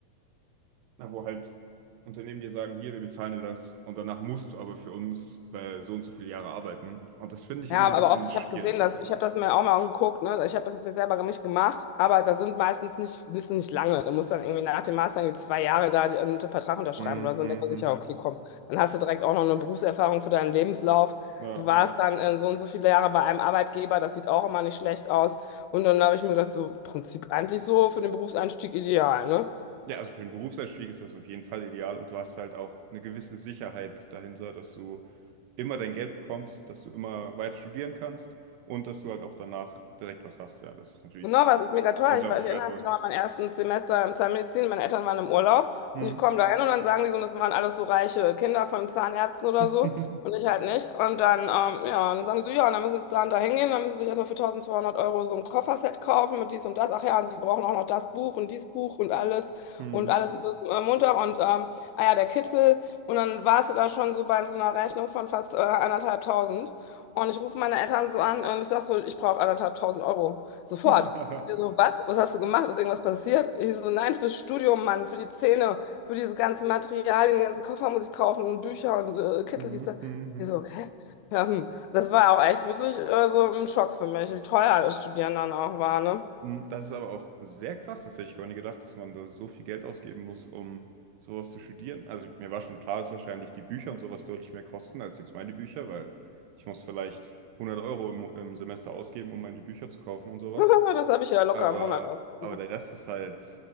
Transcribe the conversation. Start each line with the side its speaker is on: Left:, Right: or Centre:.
Right: na, wo halt Unternehmen dir sagen, hier, wir bezahlen dir das und danach musst du aber für uns bei so und so viele Jahre arbeiten. Und das finde ich
Left: Ja,
Right: immer ein
Left: aber
Right: bisschen
Left: oft, ich
Right: schwierig
Left: habe gesehen,
Right: bei
Left: dass
Right: sowas.
Left: ich habe das mir auch mal angeguckt, ne? Ich habe das jetzt nicht selber nicht gemacht, aber da sind meistens nicht, die sind nicht lange. Du musst dann irgendwie nach dem Master irgendwie zwei Jahre da einen Vertrag unterschreiben
Right: Mhm.
Left: oder so.
Right: Mhm.
Left: Und denkt man sich, ja, okay, komm, dann hast du direkt auch noch eine Berufserfahrung für deinen Lebenslauf.
Right: Ja,
Left: Du warst
Right: ja.
Left: dann äh, so und so viele Jahre bei einem Arbeitgeber, das sieht auch immer nicht schlecht aus. Und dann habe ich mir gedacht, so im Prinzip eigentlich so für den Berufseinstieg ideal, ne?
Right: Ja, also für einen Berufseinstieg ist das auf jeden Fall ideal und du hast halt auch eine gewisse Sicherheit dahinter, dass du immer dein Geld bekommst, dass du immer weiter studieren kannst und dass du halt auch danach direkt was hast. Ja, das ist natürlich
Left: Genau, was ist mega teuer.
Right: unglaublich
Left: Ich, weiß, ich
Right: wertvoll.
Left: erinnere mich noch an mein erstes Semester im Zahnmedizin. Meine Eltern waren im Urlaub
Right: Hm.
Left: und ich komme da hin und dann sagen die so, und das waren alles so reiche Kinder von Zahnärzten oder
Right: <laughs>
Left: so und ich halt nicht. Und dann, ähm, ja, und dann sagen sie so, ja, und dann müssen sie jetzt da und da hingehen, dann müssen sie sich erstmal für 1200 Euro so ein Kofferset kaufen mit dies und das. Ach ja, und sie brauchen auch noch das Buch und dies Buch und alles
Right: Hm.
Left: und alles bis äh, Montag und, ähm, ah ja, der Kittel. Und dann warst du da schon so bei so einer Rechnung von fast äh, anderthalbtausend. Und ich rufe meine Eltern so an und ich sage so, ich brauche anderthalbtausend Euro. Sofort.
Right: <laughs>
Left: Die so, was? Was hast du gemacht? Ist irgendwas passiert? Ich so, nein, fürs Studium, Mann, für die Zähne, für diese ganzen Materialien, den ganzen Koffer muss ich kaufen und Bücher und äh, Kittel,
Right: Hm.
Left: dies, das.
Right: Hm. Hm.
Left: Ich so, okay. Ja, hm. Das war auch echt wirklich äh, so ein Schock für mich, wie teuer das Studieren dann auch war, ne?
Right: Mm, Das ist aber auch sehr krass. Das hätte ich gar nicht gedacht, dass man da so viel Geld ausgeben muss, um sowas zu studieren. Also mir war schon klar, dass wahrscheinlich die Bücher und sowas deutlich mehr kosten als jetzt meine Bücher, weil ich muss vielleicht hundert Euro im, Mo- im Semester ausgeben, um meine Bücher zu kaufen und sowas.
Left: <laughs> Das habe ich ja locker
Right: Aber,
Left: im Monat ausgegeben.
Right: aber der Rest ist halt,